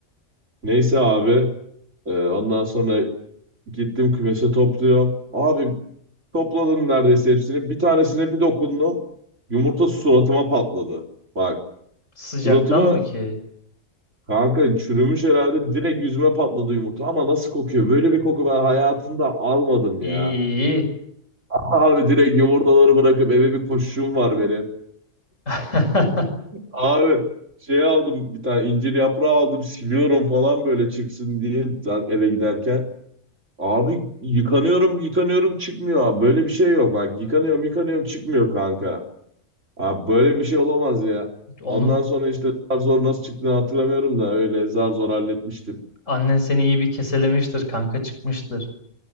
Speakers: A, on the right (about 70°); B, on the left (about 80°).
A: Neyse abi e, ondan sonra gittim kümese topluyorum. Abi topladım neredeyse hepsini. Bir tanesine bir dokundum. Yumurta suratıma patladı. Bak
B: Sıcaktan
A: suratıma
B: mı ki?
A: kanka çürümüş herhalde direkt yüzüme patladı yumurta. Ama nasıl kokuyor? Böyle bir koku ben hayatımda almadım
B: İyi.
A: ya.
B: iyi.
A: <laughs> Abi direkt yumurtaları bırakıp eve bir koşuşum var benim.
B: <laughs>
A: Abi şey aldım bir tane incir yaprağı aldım siliyorum falan böyle çıksın diye zaten eve giderken. Abi yıkanıyorum yıkanıyorum çıkmıyor abi. Böyle bir şey yok bak. Yıkanıyorum yıkanıyorum çıkmıyor kanka. Abi böyle bir şey olamaz ya.
B: Onun
A: Ondan sonra işte zar zor nasıl çıktığını hatırlamıyorum da öyle zar zor halletmiştim.
B: annen seni iyi bir keselemiştir. Kanka çıkmıştır.